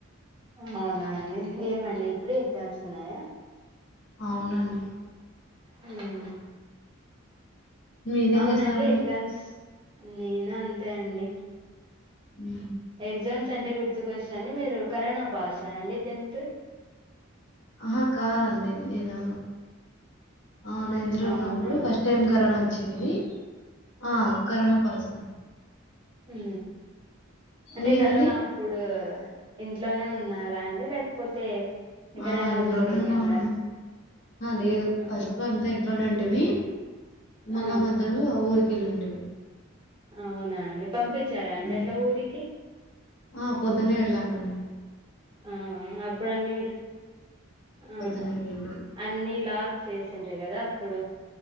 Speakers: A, on the right; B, on the left.
A: అవునా అండి ఏమండి ఇప్పుడే ఎగ్జామ్స్ ఉన్నాయా
B: అవునండి
A: హ
B: మీరేం
A: అవునండి
B: చేస్తున్నారండి
A: ఎగ్జామ్స్ నేను అంతే అండి
B: ఉ
A: ఎగ్జామ్స్ అంటే గుర్తుకొచ్చని మీరు కరోనా పాస్ అయండి టెన్త్
B: ఆహా కాదండి నేను ఆ నైంత్ లో
A: అవునా
B: ఉన్నప్పుడు ఫస్ట్ టైమ్ కరోనా వచ్చా వచ్చింది ఆ కనా కాస
A: ఉ అంటే
B: మీరండి
A: కరోనా అప్పుడు ఇ ఇంట్లోనే ఉన్నారా అండి లేకపోతే ఎక్కడైనా
B: ఆ ఇంట్లోనే
A: ఊరికి వెళ్ళిండ్రా
B: ఉన్నామడి లేదు
A: ఆ
B: ఫస్ట్ లో అంతా ఇంట్లోనే ఉంటిమి మల్ల
A: ఆ
B: మధ ఊరికి గలిండి
A: అవునా పంపించారా అండి
B: మ్మ్
A: అట్లా ఊరికి
B: ఆ పొద్దున్నే వెళ్లా మన్
A: ఆ అప్పుడు అన్నిీ ఆహా
B: పొద్దున్నే రెండు
A: అన్నిీ లాక్ చేసిండ్రీ కదా అప్పుడు